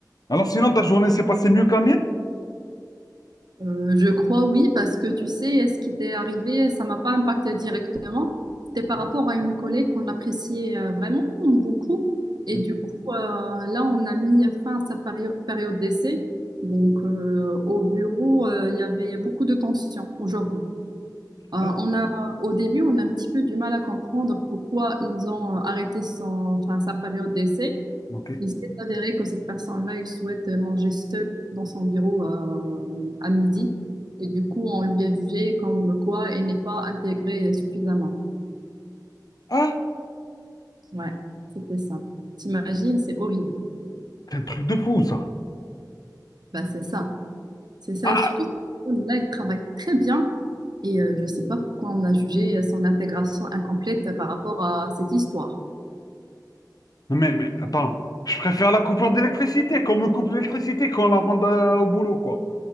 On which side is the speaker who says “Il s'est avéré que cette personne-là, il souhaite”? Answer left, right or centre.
Right